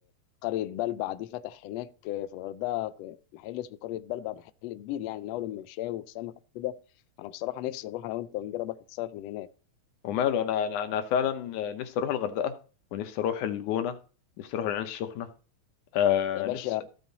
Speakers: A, on the left; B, on the left.
A: قرية بلبع دي فتح هناك في الغردقة محل اسمه قرية بلبع محل كبير يعني من أول المشاوي وسمك وكده أنا بصراحة نفسي أروح أنا وأنت ونجرب آخد سمك من هناك
B: وماله أنا أنا أنا فعلا نفسي أروح الغردقة ونفسي أروح الجونة نفسي أروح العين السخنة آه
A: يا باشا
B: نفسي